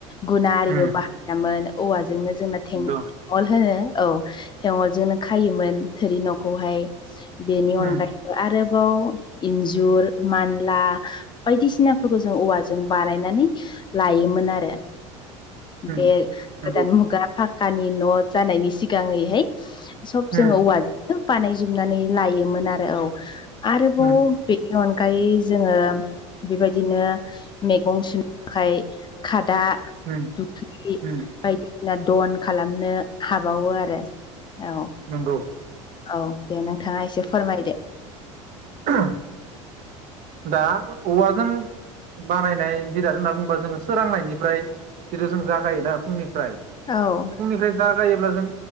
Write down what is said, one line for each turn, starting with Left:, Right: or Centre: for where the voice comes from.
Left: गुना आरिबो
Right: उम
Left: बाहा दामोन औवाजोंनो जोंना थें
Right: नंगौ
Left: अल होनो औ थेंअलजोंनो खायोमोन थोरि न'खौहाय बेनि
Right: उम
Left: अनगायै आरोबाव इन्जुर मानला बायदिसिनाफोरखौ जों औवाजों बानायनानै लायोमोन आरो
Right: उम
Left: बे
Right: नंगौ
Left: गोदान मुगा फा कानि न' जानायनि सिगाङैहाय सब
Right: उम
Left: जोङो औवा बानायजोबनानै लायोमोन आरो औ आरोबाव
Right: उम
Left: बेनि अनगायै जोङो बेबायदिनो मैगं सुनो थाखाय खादा
Right: उम
Left: दुख्रि
Right: उम
Left: बायदि बिना दन खालामनो हाबावो आरो औ
Right: नंगौ
Left: औ दे नोंथाङा एसे फोरमायदो
Right: <unintelligible> दा औवाजों बानायनाय जिराद होनना बुङोबा जोङो सोरांनायनिफ्राय जिथु जों जागायोना फुंनिफ्राय
Left: औ
Right: फुंनिफ्राय जागायोब्ला जों